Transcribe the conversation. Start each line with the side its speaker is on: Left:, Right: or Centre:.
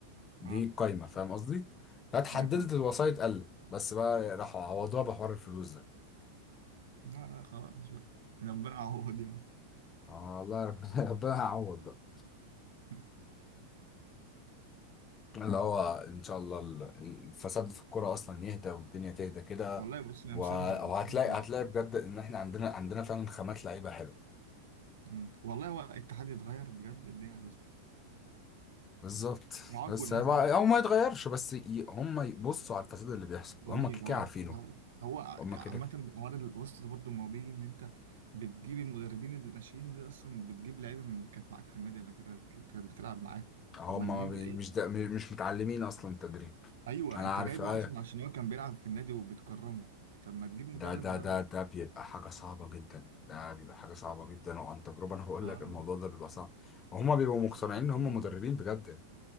Left: دي
Right: اه
Left: القايمة فاهم قصدي فاتحددت
Right: أوكي، فاهم
Left: الوسائط قلت بس بقى راحوا عوضوها بحوار الفلوس ده
Right: لا لا خلاص بقى ربنا يعوض يعني
Left: آه والله ربنا <laughs> ربنا هيعوض بقى
Right: <laughs>
Left: اللي هو إن شاء الله ال- الفساد في الكورة أصلا يهدى والدنيا تهدى كده
Right: والله بص انا
Left: و-
Right: مصيرها مصيرها
Left: وهتلاقي
Right: هتظبط
Left: هتلاقي
Right: يعني.
Left: بجد إن إحنا عندنا عندنا فعلا خامات لعيبة حلوة
Right: أمم. والله هو الاتحاد يتغير بجد الدنيا هتظبط
Left: بالظبط
Right: يعاقبوا
Left: بس
Right: الناس
Left: هيبقى-
Right: دي
Left: هو ما يتغيرش بس ي... هم يبصوا على الفساد اللي بيحصل
Right: جميل
Left: هم كده كده
Right: هو
Left: عارفينه
Right: هو
Left: هم
Right: عامة
Left: كده كده
Right: عوارض البوست ده برضه ما هو بيجي ان انت بتجيب المدربين الناشئين دي اصلا بتجيب لعيبه من- كانت معاك في النادي قبل كده كانت بتلعب معاك
Left: هم
Right: طب ما تجيب
Left: ما بي-
Right: لعيبه
Left: مش ده مش متعلمين اصلا التدريب
Right: ايوه
Left: انا
Right: انت
Left: عارف
Right: جايبه
Left: ايه
Right: اصلا عشان هو كان بيلعب في النادي وبتكرمه طب ما تجيب مدرب
Left: ده ده
Right: مدرب
Left: ده ده بيبقى حاجه صعبه جدا ده بيبقى حاجه صعبه جدا وعن تجربه انا بقول
Right: اه
Left: لك الموضوع ده بيبقى صعب وهم بيبقوا
Right: بيحصل
Left: مقتنعين
Right: في النادي
Left: ان هم مدربين
Right: عادي.
Left: بجد